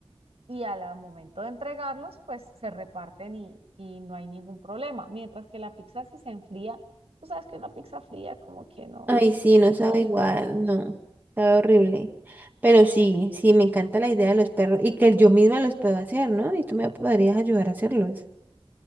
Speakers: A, on the right; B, on the right.
A: y al momento de entregarlos, pues se reparten y, y no hay ningún problema. Mientras que la pizza si se enfría, tú sabes que una pizza fría como que no,
B: Ay, sí, no sabe
A: también,
B: igual, no, sabe horrible. Pero sí, sí, me encanta la idea de los perros y que yo misma los puedo hacer, ¿no? Y tú me podrías ayudar a hacerlos.